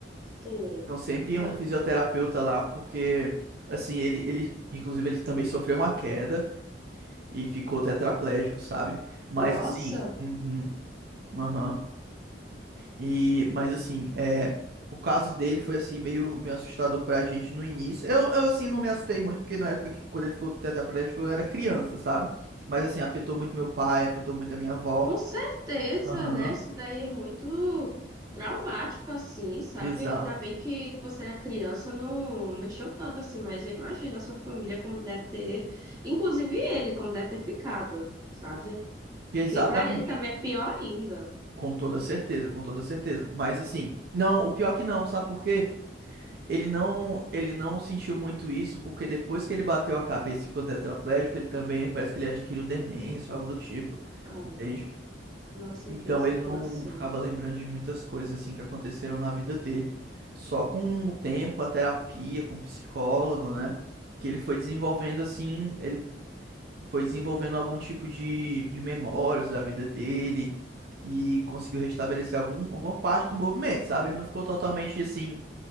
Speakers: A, on the right; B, on the right.
A: Sim.
B: Então sempre ia
A: ma-
B: um fisioterapeuta lá, porque, assim, ele, ele, inclusive, ele também sofreu uma queda. e ficou tetraplégico, sabe? Mas
A: Nossa,
B: assim, uhum, aham. E mas assim, é, o caso dele foi assim meio meio assustador pra gente no início. Eu, eu assim não me assustei muito porque na época que quando ele ficou tetraplégico eu era criança, sabe? Mas assim, afetou muito meu pai, afetou muito a minha avó.
A: com certeza,
B: Aham.
A: né? Isso daí é muito traumático, assim, sabe?
B: Exato.
A: Ainda bem que você era criança, não mexeu tanto assim, mas eu imagino a sua família como deve ter, inclusive ele, como deve ter ficado. Sabe?
B: Exatamente.
A: Que pra ele também é pior ainda.
B: Com toda certeza, com toda certeza. Mas assim, não, o pior é que não, sabe por quê? Ele não, ele não sentiu muito isso, porque depois que ele bateu a cabeça e ficou tetraplégico, ele também parece que ele adquiriu demência ou algo do tipo,
A: Ah,
B: entende?
A: nossa,
B: Então
A: que situação.
B: ele não ficava lembrando de muitas coisas assim que aconteceram na vida dele. Só com o tempo, com a terapia, com o psicólogo, né? Que ele foi desenvolvendo assim, ele foi desenvolvendo algum tipo de, de memórias da vida dele e conseguiu restabelecer algum, alguma parte do movimento, sabe? Ele não ficou totalmente assim